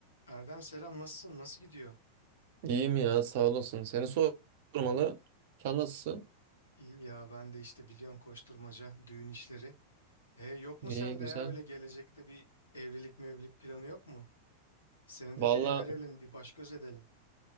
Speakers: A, on the left; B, on the right.
A: Erdem selam nasılsın? Nasıl gidiyor?
B: İyiyim ya sağ olasın. Seni sormalı. Sen nasılsın?
A: İyi ya ben de işte biliyorsun koşturmaca, düğün işleri. E, yok
B: İyi
A: mu sende
B: güzel.
A: ya öyle gelecekte bir evlilik mevlilik planı yok mu? Seni
B: Valla
A: de bir everelim, bir baş göz edelim.